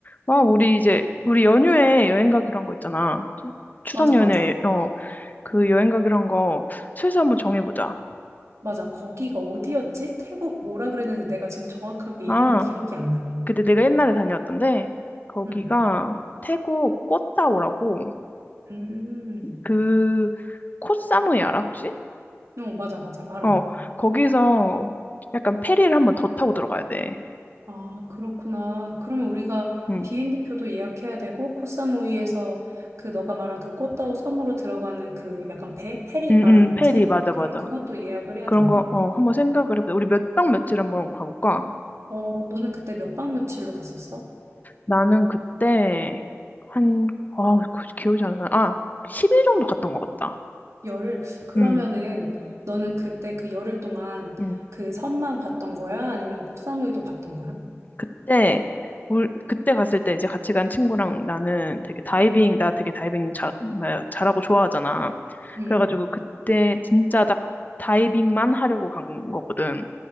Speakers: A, on the left (about 35°); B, on the right (about 85°).
A: 아, 우리 이제, 우리 연휴에 여행 가기로 한 거 있잖아. 추석
B: 맞아,
A: 연휴에,
B: 맞아.
A: 어, 그 여행 가기로 한 거 슬슬 한번 정해보자.
B: 맞아. 거기가 어디였지? 태국 뭐라 그랬는데 내가 지금 정확하게 이름이
A: 아,
B: 기억이 안 나.
A: 근데 내가 옛날에 다녀왔던데, 거기가
B: 음.
A: 태국 꽃다오라고,
B: 음.
A: 그, 코사무이 알아, 혹시?
B: 어, 맞아, 맞아. 알아.
A: 어, 거기서 약간 페리를 한번 더 타고 들어가야 돼.
B: 아, 그렇구나. 그러면 우리가
A: 응,
B: 비행기 표도 예약해야 되고, 코사무이에서 그 너가 말한 그 꽃다오 섬으로 들어가는 그 약간 배, 페리
A: 응,
B: 말하는
A: 응,
B: 거지?
A: 페리, 맞아,
B: 그럼
A: 맞아.
B: 그것도 예약을 해야
A: 그런
B: 되네?
A: 거, 어, 한번 생각을 해보자. 우리 몇 박 며칠 한번 가볼까?
B: 어, 너는 그때 몇 박 며칠로 갔었어?
A: 나는 그때 한, 아, 그 기억이 잘 안 나. 아, 10일 정도 갔던 것 같다.
B: 열흘. 그러면은
A: 음,
B: 너는 그때 그 열흘 동안
A: 음.
B: 그 섬만 봤던 거야? 아니면 코사무이도 봤던 거야?
A: 그때, 물, 그때 갔을 때 이제 같이 간 친구랑 나는 되게 다이빙, 나 되게 다이빙 잘, 뭐야, 잘하고 좋아하잖아.
B: 음,
A: 그래가지고 그때 진짜 딱 다이빙만 하려고 간 거거든.